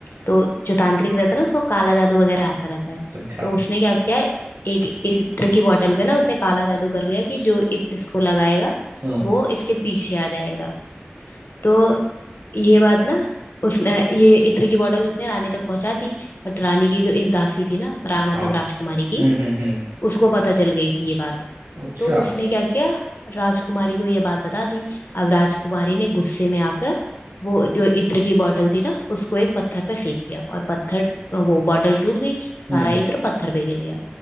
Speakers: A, on the left; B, on the right.
A: तो जो तांत्रिक रहता है ना उसको काला जादू वगैरह आता रहता है
B: अच्छा
A: तो उसने क्या किया एक इत्र की बोतल पे ना उसने काला जादू कर दिया कि जो इत्र इसको लगाएगा
B: हम्म
A: वो इसके पीछे आ जाएगा तो ये बात ना उसने ये इत्र की बोतल उसने रानी तक पहुंचा दी बट रानी की जो एक दासी थी ना रा, मतलब
B: हाँ
A: राजकुमारी की
B: हम्म हम्म हम्म
A: उसको पता चल गई थी ये बात
B: अच्छा
A: तो उसने क्या किया राजकुमारी को ये बात बता दी अब राजकुमारी ने गुस्से में आकर वो जो इत्र की बोतल थी ना उसको एक पत्थर पे फेंक दिया और पत्थर वो बोतल टूट गई सारा
B: हम्म
A: इत्र पत्थर पे गिर गया